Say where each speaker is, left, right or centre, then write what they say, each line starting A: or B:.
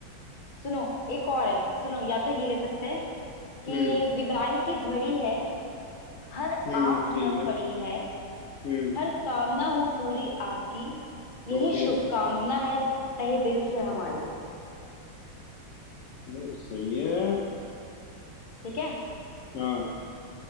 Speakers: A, on the left; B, on the left.
A: सुनो एक और है सुनो या तो ये ले सकते हैं कि
B: हम्म
A: विदाई की घड़ी है हर
B: हम्म
A: आंख
B: ठीक
A: नम
B: है
A: पड़ी है
B: हम्म
A: हर कामना हो पूरी आपकी यही
B: ओके
A: शुभकामना है तहे दिल से हमारी
B: यार सही है यार
A: ठीक है
B: हाँ